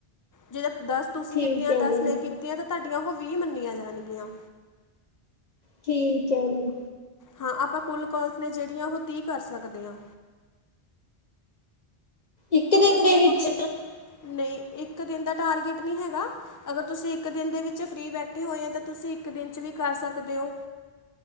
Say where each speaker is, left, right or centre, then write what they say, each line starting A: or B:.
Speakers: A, on the left; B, on the left.
A: ਜਿਦਾ ਦਸ ਤੁਸੀਂ
B: ਠੀਕ
A: ਕੀਤੀਆਂ
B: ਹੈ
A: ਦਸ
B: ਜੀ,
A: ਮੈਂ ਕੀਤੀਆਂ ਤਾਂ ਤੁਹਾਡੀਆਂ ਉਹ ਵੀਹ ਮੰਨੀਆਂ ਜਾਣਗੀਆਂ।
B: ਠੀਕ ਹੈ ਜੀ।
A: ਹਾਂ ਆਪਾਂ ਕੁਲ ਕੋਲਸ ਨੇ ਜਿਹੜੀਆਂ ਉਹ ਤੀਹ ਕਰ ਸਕਦੇ ਆ।
B: ਇੱਕ
A: ਹੁਣ
B: ਦਿਨ
A: ਤੁਸੀਂ
B: ਦੇ
A: ਦੇਖੋ
B: ਵਿੱਚ
A: ਕਿ, ਨਹੀਂ ਇੱਕ ਦਿਨ ਦਾ ਟਾਰਗੇਟ ਨਹੀਂ ਹੈਗਾ। ਅਗਰ ਤੁਸੀਂ ਇੱਕ ਦਿਨ ਦੇ ਵਿੱਚ ਫ੍ਰਰੀ ਬੈਠੇ ਹੋਏ ਆ ਤਾਂ ਤੁਸੀਂ ਇੱਕ ਦਿਨ ਚ ਵੀ ਕਰ ਸਕਦੇ ਓ।